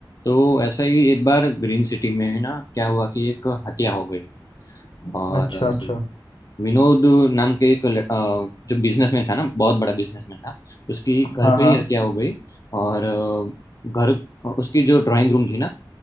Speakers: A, on the left; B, on the left.
A: तो ऐसा ही एक बार ग्रीन सिटी में ना क्या हुआ कि एक हत्या हो गई और
B: अच्छा
A: अ,
B: अच्छा
A: विनोद नाम के एक ल- अ, जो बिजनेसमैन था ना बहुत बड़ा बिजनेसमैन था उसकी घर
B: हाँ
A: पे
B: हाँ
A: ही हत्या हो गई और अ, घर उसकी जो ड्राइंग रूम थी ना